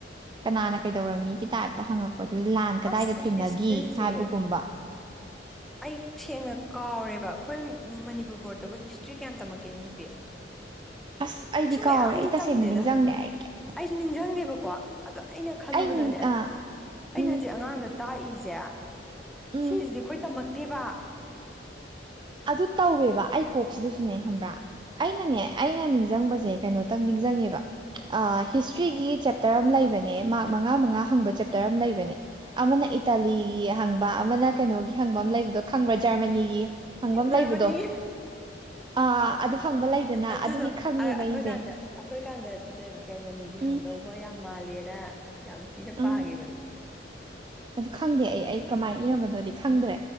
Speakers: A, on the right; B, in the centre.
A: ꯀꯅꯥꯅ
B: ꯑꯥ
A: ꯀꯩꯗꯧꯔꯃꯤꯒꯤ ꯇꯥꯏꯞꯇ ꯍꯪꯉꯛꯄꯗꯨ ꯂꯥꯟ ꯀꯗꯥꯏꯗ
B: ꯑꯁ
A: ꯊꯦꯡꯅꯈꯤ
B: ꯍꯤꯁꯇ꯭ꯔꯤꯁꯦ
A: ꯍꯥꯏꯕꯒꯨꯝꯕ
B: ꯑꯩ ꯁꯦꯡꯅ ꯀꯥꯎꯔꯦꯕ ꯑꯩꯈꯣꯏ ꯃꯅꯤꯄꯨꯔ ꯕꯣꯔꯠꯇꯕꯨ ꯍꯤꯁꯇ꯭ꯔꯤ ꯀꯌꯥꯝ ꯇꯝꯃꯛꯀꯦ ꯅꯨꯄꯤ
A: ꯑꯁ ꯑꯩꯗꯤ
B: ꯀꯩꯁꯨ
A: ꯀꯥꯎꯔꯦ
B: ꯃꯌꯥꯝꯗꯤ
A: ꯑꯩ ꯇꯁꯦꯡꯅ
B: ꯇꯝꯗꯦꯗ
A: ꯅꯤꯡꯁꯤꯡꯪꯗꯦ ꯑꯩꯦ
B: ꯑꯩꯁꯨ ꯅꯤꯡꯁꯤꯡꯗꯦꯕꯀꯣ ꯑꯗꯣ ꯑꯩꯅ ꯈꯜꯂꯨꯕꯗꯅꯦ
A: ꯑꯩ ꯅꯤꯡ ꯑ
B: ꯑꯩꯅ
A: ꯎꯝ
B: ꯍꯧꯖꯤꯛ ꯑꯉꯥꯡꯗ ꯇꯥꯛꯏꯁꯦ
A: ꯎꯝ
B: ꯁꯤꯁꯤꯗꯤ ꯑꯩꯈꯣꯏ ꯇꯝꯃꯛꯇꯦꯕ
A: ꯑꯗꯨ ꯇꯧꯋꯦꯕ ꯑꯩ ꯀꯣꯛꯁꯤꯗꯁꯨꯅꯦ ꯍꯕ꯭ꯔꯥ ꯑꯩꯅꯅꯦ ꯑꯩꯅ ꯅꯤꯡꯁꯤꯡꯕꯁꯦ ꯀꯩꯅꯣꯇꯪ ꯅꯤꯡꯁꯤꯡꯉꯦꯕ ꯍꯤꯁꯇ꯭ꯔꯤꯒꯤ ꯆꯦꯞꯇꯔ ꯑꯃ ꯂꯩꯕꯅꯦ ꯃꯥꯔꯛ ꯃꯉꯥ ꯃꯉꯥ ꯍꯪꯕ ꯆꯦꯞꯇꯔ ꯑꯃ ꯂꯩꯕ ꯑꯃꯅ ꯏꯇꯥꯂꯤꯒꯤ ꯍꯪꯕ ꯑꯃꯅ ꯀꯩꯅꯣꯒꯤ ꯍꯪꯕ ꯑꯃ ꯂꯩꯕꯗꯣ ꯈꯪꯕ꯭ꯔꯥ ꯖꯔꯃꯅꯤꯒꯤ ꯍꯪꯕ ꯑꯃ
B: ꯖꯔꯃꯅꯤꯒꯤ
A: ꯂꯩꯕꯗꯣ ꯑꯥ ꯑꯗꯨ ꯍꯪꯕ ꯂꯩꯗꯅ
B: ꯑꯗꯨꯗꯣ
A: ꯑꯗꯨꯗꯤ ꯈꯪꯉꯦꯕ
B: ꯑꯩꯈꯣꯏꯀꯥꯟꯗ
A: ꯑꯩꯁꯦ
B: ꯑꯩꯈꯣꯏ ꯀꯥꯟꯗ ꯖꯔꯃꯅꯤꯒꯤ
A: ꯎꯝ
B: ꯈꯪꯗꯧꯕ ꯌꯥꯝ ꯃꯥꯜꯂꯦꯅ ꯌꯥꯝ ꯊꯤꯅ
A: ꯎꯝ
B: ꯄꯥꯡꯉꯤꯕꯅꯦ
A: ꯑꯗꯨ ꯈꯪꯗꯦ ꯑꯩ ꯑꯩ ꯀꯃꯥꯏꯅ ꯏꯔꯝꯕꯅꯣꯗꯤ ꯈꯪꯗ꯭ꯔꯦ